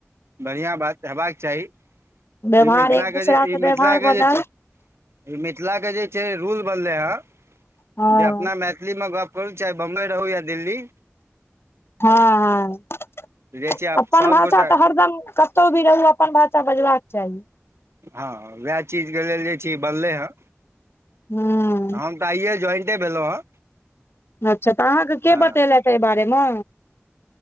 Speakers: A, on the right; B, on the left.
A: बढ़िआँ बात हेबाक चाही
B: व्यवहार
A: ई मिथिलाके
B: एक दूसरा
A: जे ई
B: से
A: मिथिलाके
B: व्यवहार बनल
A: जे मिथिलाके जे छै रूल बनलै हन
B: हँ
A: जे अपना मैथिलीमे गप करू चाहे बम्बई रहू या दिल्ली
B: हँ ह
A: जे छै आब
B: अपन
A: सभगोटा
B: भाषा तऽ हरदम क - कतहु भी रहु अपन भाषा बजबाक चाहि
A: हँ उएह चीज के लेल जे छै बनलै हँ
B: ह
A: हम तऽ आइे ज्वाइन भेलहुँ हँ
B: अच्छा तऽ अहाँके के
A: हँ
B: बतेलेथ एहि बारेमे